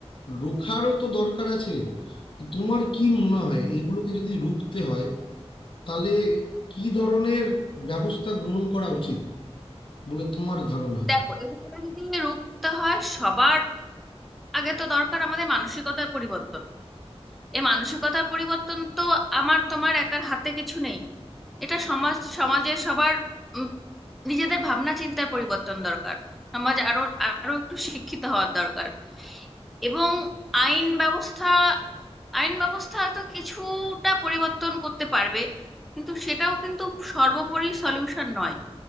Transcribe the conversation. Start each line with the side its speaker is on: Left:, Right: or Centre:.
Left: রোখারও তো দরকার আছে তো তোমার কি মনে হয় এইগুলোকে যদি রুখতে হয় তাহলে কি ধরনের ব্যবস্থা গ্রহণ করা উচিত বলে তোমার ধারণা
Centre: দেখো এগুলো যদি রুখতে হয় সবার আগে তো দরকার আমাদের মানসিকতার পরিবর্তন এই মানসিকতার পরিবর্তন তো আমার তোমার একার হাতে কিছু নেই এটা সমাজ সমাজে সবার উম, নিজেদের ভাবনা চিন্তার পরিবর্তন দরকার সমাজ আরো আরো একটু শিক্ষিত হওয়ার দরকার এবং আইন ব্যবস্থা আইন ব্যবস্থা হয়তো কিছুটা পরিবর্তন করতে পারবে কিন্তু সেটাও কিন্তু সর্বোপরি সলিউশন নয়